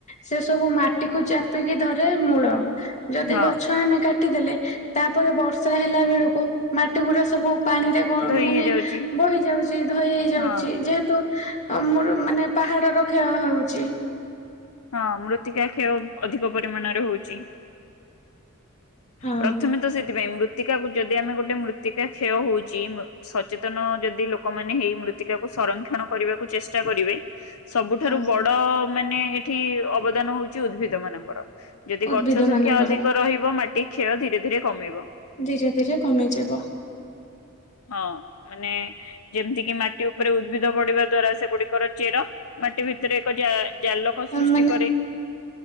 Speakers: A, on the left (about 35°); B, on the left (about 70°).
A: ସେ ସବୁ ମାଟି କୁ ଚାପିକି ଧର ରେ ମୂଳ ଯଦି
B: ହଁ
A: ଗଛ ଆମେ କା କାଟି ଦେଲେ ତାପରେ ବର୍ଷା ହେଲା ବେଳ କୁ ମାଟି ଗୁଡା ସବୁ ପାଣିରେ ଗ
B: ଧୋଇ
A: ମାନେ
B: ହେଇଯାଉଛି
A: ବହି ଯାଉଛି ଧୋଇ ହେଇ ଯାଉଛି
B: ହଁ
A: ଯେହେତୁ ଆମର ମାନେ ପାହାଡ ର ହଁ ହଉଛି।
B: ହଁ ମୃତ୍ତିକା କ୍ଷୟ ଅଧିକ ପରିମାଣରେ ହଉଛି।
A: ହଁ।
B: ପ୍ରଥମେ ତ ସେଥିପାଇଁ ମୃ ମୃତ୍ତିକାକୁ ଯଦି ଆମେ ଗୋଟେ ମୃତ୍ତିକା କ୍ଷୟ ହଉଛି ମୁ ସଚେତନ ଯଦି ଲୋକମାନେ ହେଇ ମୃତ୍ତିକାକୁ ସଂରକ୍ଷଣ କରିବାକୁ ଚେଷ୍ଟା କରିବେ ସବୁଠାରୁ
A: ହଁ।
B: ବଡ ମାନେ ଏଠି ଅବଦାନ ହଉଛି ଉଦ୍ଭିଦ ମାନଙ୍କର। ଯଦି
A: ଉଦ୍ଭିଦ
B: ଗଛ ସଂଖ୍ୟା
A: ମାନଙ୍କର
B: ଅଧିକ ରହିବ ମାଟି କ୍ଷୟ ଧିରେ ଧିରେ କମିବ।
A: ଧିରେ ଧିରେ କମିଯିବ।
B: ହଁ ମାନେ ଯେମିତି କି ମାଟି ଉପରେ ଉ ଉଦ୍ଭିଦ ବଢିବା ଦ୍ଵାରା ସେଗୁଡିକର ଚେର ମାଟି ଭିତରେ ଏକା ଜା ଜାଲୋକ ସୃଷ୍ଟି
A: ମାନେ
B: କରେ।